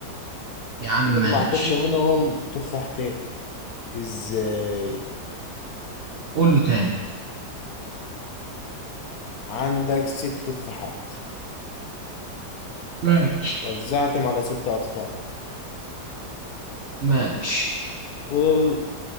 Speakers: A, on the right (about 70°); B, on the left (about 65°).
A: يا عم
B: فضل
A: ماشي
B: مع طفل منهم تفاحتين ازاي
A: قوله تاني
B: عندك ست تفاحات
A: ماشي
B: وزعتهم على ست اطفال
A: ماشي
B: فضل